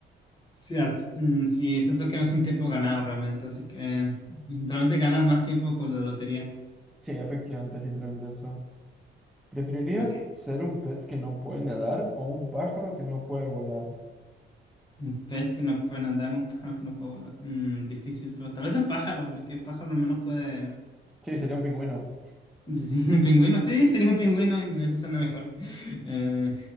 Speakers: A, on the left; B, in the centre.
A: cierto. Mm, Sí, siento que no es un tiempo ganado realmente, así que eh, realmente ganas más tiempo con la lotería.
B: Sí, efectivamente, es literalmente eso. ¿Preferirías
A: Ok.
B: ser un pez que no puede nadar o un pájaro que no puede volar?
A: Un pez que no puede andar, un pájaro que no puede volar. Mm, difícil, pero tal vez el pájaro, porque el pájaro al menos puede...
B: Sí, sería un pingüino.
A: Sí, sí, <laughs> un pingüino, sí, sería un pingüino y eso suena mejor. <laughs> Eh,